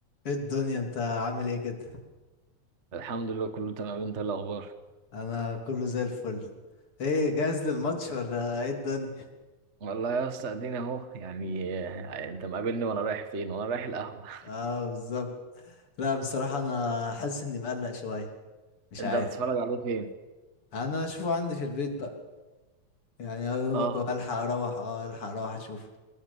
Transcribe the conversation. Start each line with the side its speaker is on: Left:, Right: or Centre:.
Left: ايه الدنيا انت عامل ايه كده
Right: الحمد لله كله تمام انت ايه الاخبار
Left: انا كله زي الفل ايه جاهز للماتش ولا ايه الدنيا <laughs>
Right: والله يا اسطى ادينا اهو يعني آه، انت مقابلني وانا رايح فين وانا رايح القهوه
Left: اه بالظبط لا بصراحة انا حاسس اني مقلق شوية
Right: <laughs>
Left: مش
Right: انت
Left: عارف
Right: هتتفرج عليه فين
Left: انا هشوفه عندي في البيت بقى يعني يا دوبك
Right: اه
Left: هو الحق اروح اه الحق اروح اشوفه